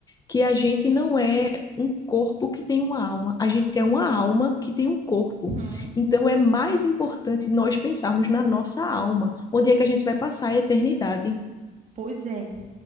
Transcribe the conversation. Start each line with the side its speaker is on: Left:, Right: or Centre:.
Left: que a gente não é um corpo que tem uma alma, a gente é uma alma que tem um corpo.
Right: Uhum.
Left: Então é mais importante nós pensarmos na nossa alma, onde é que a gente vai passar a eternidade.
Right: Pois é,